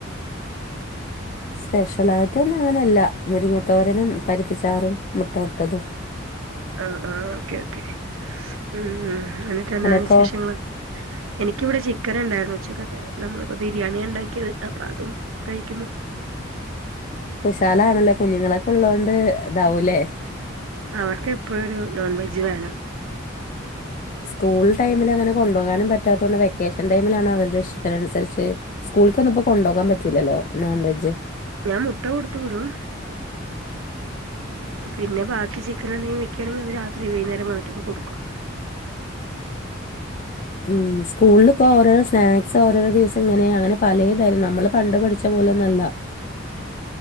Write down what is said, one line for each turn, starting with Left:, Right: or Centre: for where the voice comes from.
Left: സ്പെഷ്യൽ ആയിട്ടൊ ഒന്നും അങ്ങനെല്ല മുരിങ്ങത്തോരനും, പരിപ്പിച്ചാറും, മുട്ട വർത്തതും,
Right: ആ ആഹ് ഓക്കെ ഓക്കെ ഉം എന്നിട്ട് എന്താണ്
Left: നിനക്കോ
Right: വിശേഷങ്ങൾ? എനിക്കിവിടെ ചിക്കൻ ഇണ്ടായിരുന്നു ഉച്ചക്കത്തെ നമ്മളിപ്പോ ബിരിയാണി ഇണ്ടാക്കിയത് അപ്പൊ അതും കഴിക്കുന്നു.
Left: കുശാലാണല്ലോ കുഞ്ഞുങ്ങളൊക്കെ ഉള്ളോണ്ട് ഇതാവുലേ
Right: അവർക്ക് എപ്പഴും ഒരു നോൺ വെജ് വേണം.
Left: സ്കൂൾ ടൈമിൽ അങ്ങനെ കൊണ്ടോകാനും പറ്റാത്തോണ്ട് വെക്കേഷൻ ടൈമിലാണ് അവര്ടെ ഇഷ്ടത്തിനൻസരിച്ച്, സ്കൂൾക്കന്നും ഇപ്പോ കൊണ്ടൊകാൻ പറ്റൂല്ലല്ലോ നോൺ വെജ്
Right: ഞാ മുട്ട കൊടുത്ത് വിടും. പിന്നെ ബാക്കി ചിക്കൻ എന്തെങ്കിലും വെക്കയാണെങ്കി അത് രാത്രി വൈന്നേരം വന്നിട്ടൊക്കെ കൊടുക്കും. <inaudible>
Left: ഉം സ്ക്കൂൾപ്പോ ഓരോരോ സ്നാക്സ് ഓരോരോ ദിവസം ഇങ്ങനെ അങ്ങനെ പലേതെ നമ്മൾ പണ്ട് പഠിച്ച പോലൊന്നല്ല.
Right: <inaudible>